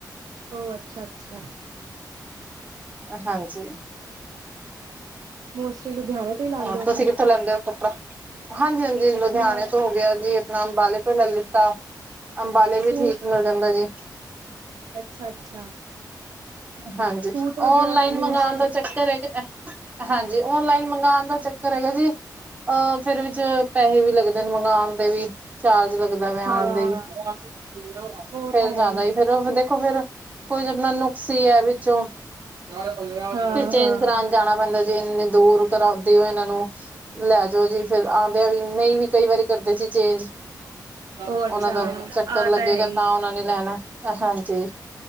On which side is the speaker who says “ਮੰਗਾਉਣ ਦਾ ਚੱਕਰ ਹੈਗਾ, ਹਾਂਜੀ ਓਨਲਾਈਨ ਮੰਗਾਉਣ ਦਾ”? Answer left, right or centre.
Right